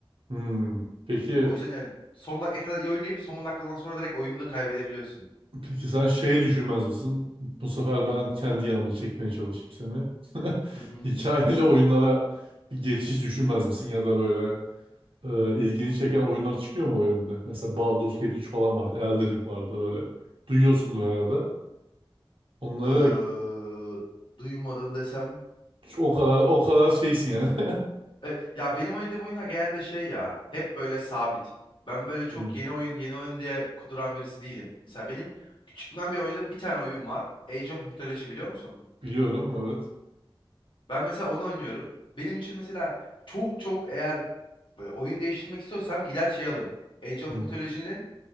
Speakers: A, on the right; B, on the left.
A: Hmm. Peki
B: Yani o yüzden yani son dakikaya kadar iyi oynayıp son dakikadan sonra direkt oyunu da kaybedebiliyorsun.
A: Peki sen şey düşünmez misin? Bu sefer ben kendi yanıma çekmeye çalışayım seni. <laughs>
B: Hı hı.
A: Hikayeli oyunlara bir geçiş düşünmez misin? Ya da böyle e, ilgini çeken oyunlar çıkıyor mu o yönde? Mesela Baldur's Gate 3 falan vardı. Elden Ring vardı böyle. Duyuyorsundur herhalde. Onlara
B: Ee, duymadım desem
A: o kadar o kadar şeysin yani. <laughs>
B: Evet, ya benim oynadığım oyunlar genelde şey ya hep böyle sabit. Ben böyle çok
A: Hmm,
B: yeni oyun yeni oyun diye kuduran birisi değilim. Mesela benim küçüklüğümden beri oynadığım bir tane oyun var. Age of Mythology biliyor musun?
A: biliyorum evet.
B: Ben mesela onu oynuyorum. Benim için mesela çok çok eğer böyle oyun değiştirmek istiyorsam gider şey alım. Age of
A: Hmm,
B: Mythology'nin